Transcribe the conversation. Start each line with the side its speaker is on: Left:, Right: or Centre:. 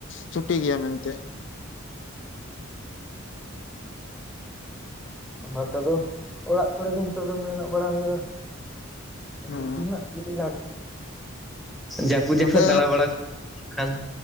Left: ᱪᱷᱩᱴᱤ ᱜᱮᱭᱟ ᱢᱮᱱᱛᱮ
Centre: ᱚᱱᱟ ᱛᱮᱫᱚ ᱚᱲᱟᱜ ᱠᱚᱨᱮ ᱜᱮ ᱱᱤᱛᱚᱜ ᱫᱚ ᱢᱮᱱᱟᱜ ᱵᱟᱲᱟ ᱦᱩᱭᱩᱜ-ᱟ
Left: ᱦᱮᱸ
Centre: ᱫᱤᱠᱤ ᱦᱟᱸᱜ ᱡᱩᱫᱤ ᱜᱟᱱᱚᱜ ᱡᱟᱹᱯᱩᱫ
Left: ᱱᱚᱸᱰᱮ
Centre: ᱡᱚᱠᱷᱚᱡ ᱫᱟᱬᱟ ᱵᱟᱟᱲᱟ <inaudible> ᱠᱷᱟᱱ